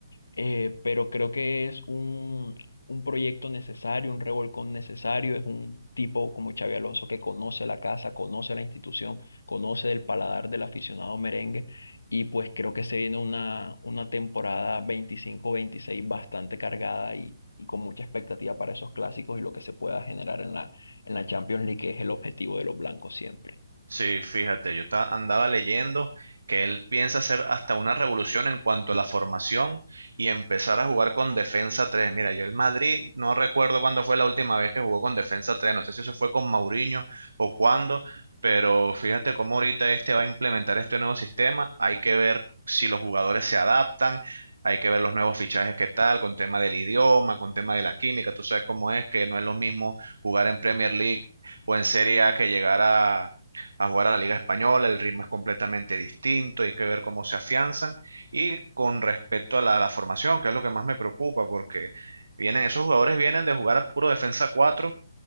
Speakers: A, on the left (about 70°); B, on the right (about 70°).
A: eh, pero creo que es un, un proyecto necesario, un revolcón necesario, es un tipo como Xavi Alonso que conoce la casa, conoce la institución, conoce el paladar del aficionado merengue y pues creo que se viene una, una temporada veinticinco veintiséis bastante cargada y, y con mucha expectativa para esos clásicos y lo que se pueda generar en la, en la Champions League, que es el objetivo de los blancos siempre.
B: Sí, fíjate, yo ta- andaba leyendo que él piensa hacer hasta una revolución en cuanto a la formación y empezar a jugar con defensa 3. Mira, yo el Madrid no recuerdo cuándo fue la última vez que jugó con defensa 3. no sé si eso fue con Mourinho o cuándo, pero fíjate cómo ahorita este va a implementar este nuevo sistema. Hay que ver si los jugadores se adaptan, hay que ver los nuevos fichajes que tal, con tema del idioma, con tema de la química, tú sabes cómo es, que no es lo mismo jugar en Premier League o en Serie A que llegar a a jugar a la Liga Española, el ritmo es completamente distinto, hay que ver cómo se afianzan. Y con respecto a la, la formación, que es lo que más me preocupa, porque vienen, esos jugadores vienen de jugar a puro defensa 4